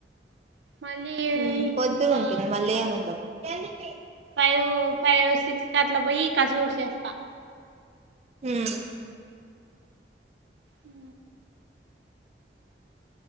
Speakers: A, on the right; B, on the right.
A: మళ్ళీ
B: ఊ పొద్దున
A: ఇంకా
B: ఉంటుంది మళ్ళీ ఏమి ఉండదు. Ten rupee
A: five five six క అట్లా పోయి కసువు ఊడ్చేస్తా
B: హూ
A: ఉ